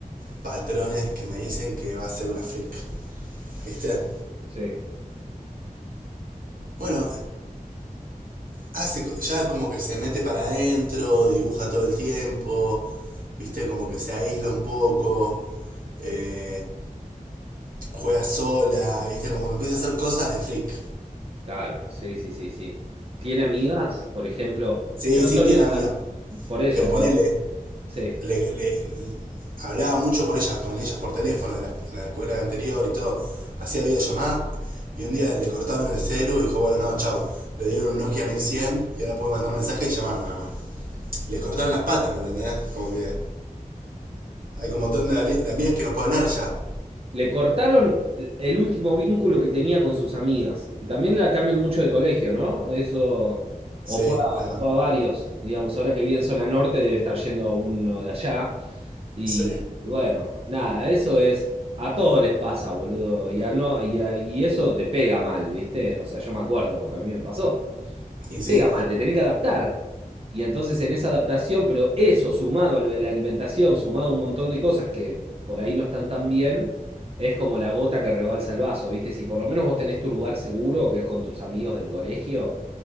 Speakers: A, on the right; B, on the right.
A: patrones que me dicen que va a ser una freak. ¿Viste?
B: Sí,
A: Bueno, hace, co- ya como que se mete para adentro, dibuja todo el tiempo, viste, como que se aísla un poco, eh, juega sola, viste, como que empieza a hacer cosas de freak.
B: claro, sí, sí, sí, sí. ¿Tiene amigas? Por ejemplo,
A: Sí,
B: yo Antonio,
A: sí, tiene amiga,
B: an- por eso,
A: pero
B: por-
A: ponele,
B: sí.
A: le, le- hablaba mucho por ella, con ellas por teléfono, de la, la escuela anterior y todo, hacía videollamada, y un día le cortaron el celu y dijo, bueno, no, chau, le dieron un Nokia 1100 y ahora puede mandar mensaje y llamar nada más. Y le cortaron las patas, ¿me entendés? Como que... Hay como un montón de, ale- de amigas que no puedo hablar ya.
B: Le cortaron el último vínculo que tenía con sus amigas. Y también la cambian mucho de colegio, ¿no? Eso. O
A: Sí,
B: fue
A: la,
B: a, fue a varios, digamos, ahora que vive en zona norte debe estar yendo a uno de allá. Y,
A: sí.
B: y bueno, nada, eso es. A todos les pasa, boludo. Y, a no, y, a- y eso te pega mal, ¿viste? O sea, yo me acuerdo porque a mí me pasó
A: Y
B: te pega
A: sí,
B: mal, te tenés que adaptar. Y entonces en esa adaptación, pero eso sumado a lo de la alimentación, sumado a un montón de cosas que por ahí no están tan bien, es como la gota que rebalsa el vaso, ¿viste? Si por lo menos vos tenés tu lugar seguro, que es con tus amigos del colegio,